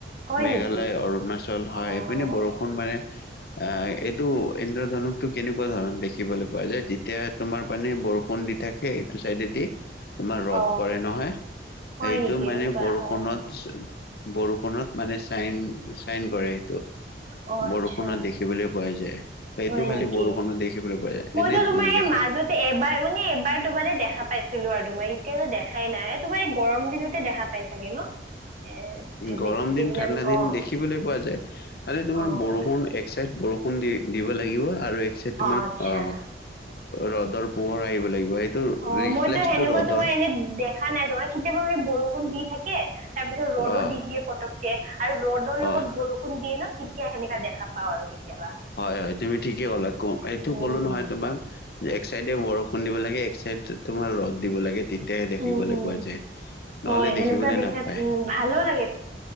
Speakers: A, on the right; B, on the left.
A: হয়
B: মেঘালয়
A: নেকি?
B: অৰুণাচল হয়
A: অ'
B: এইপিনে বৰষুণ মানে। আ এইটো ইন্দ্ৰধন। টো কেনেকুৱা ধৰণত দেখিবলৈ পোৱা যায় যেতিয়া তোমাৰ পানে বৰষুণ দি থাকে এইটো চাইডেদি। তোমাৰ ৰ'দ
A: অ
B: পৰে নহয়
A: হয়
B: সেইটো
A: নেকি
B: মানে
A: এনেকুৱা
B: বৰষুণত।
A: অ'
B: বৰষুণত মানে চাইন চাইন কৰে সেইটো।
A: অ' আচ্ছা
B: বৰষুণত দেখিবলৈ পোৱা যায়। সেইটো
A: হয়
B: খালি
A: নেকি
B: বৰষুণত দেখিবলৈ পোৱা যায়
A: মইতো
B: এনে
A: তোমাৰ
B: নেদেখে।
A: এই মাজতে এবাৰ মানে এইবাৰ তোমাৰে দেখা পাইছো। ছিলো আৰু তোমাৰ এতিয়াতো দেখাই নাই তোমাৰ এই গৰম দিনতে দেখা পাই চাগে ন। এ
B: গৰম
A: বেছিকে
B: দিন
A: দিনা
B: ঠাণ্ডা দিন
A: অ'
B: দেখিবলে পোৱা যায় খালি তোমাৰ
A: অ' অ'
B: বৰষুণ এক চাইড বৰষুণ। দি দিব লাগিব আৰু এক চাইড তোম অ
A: আচ্ছা
B: ৰ'দৰ পোহৰ আহিব লাগিব। এইটো
A: অ
B: ৰিফ্লেক্সটো
A: মইতো সেনেকুৱা
B: ৰ'দৰ
A: তোমাৰ এনে দেখা নাই তোমাৰ কেতিয়াবা মানে বৰষুণ দি থাকে। তাৰ পিছত ৰ'দো
B: অ'
A: দি দিয়ে পতককে আৰু ৰ'দৰ লগত
B: অ'
A: বৰষুণ দিয়ে ন তেতিয়া সেনেকা দেখা পাও আৰু। কেতিয়াবা
B: হয় হয় তুমি ঠিকেই ক'লা ক এইটো
A: উম
B: কলো নহয়
A: উম
B: তোমাক। এক চাইডে বৰষুণ দিব লাগে এক চাইড তোমাৰ ৰ'দ দিব লাগে। তেতিয়াহে দেখিবলৈ
A: উম উম
B: পোৱা যায়
A: হয়
B: নহ'লে
A: সেনেকুৱা
B: দেখিবলৈ
A: দেখাত
B: নাপায়।
A: উম ভালো লাগে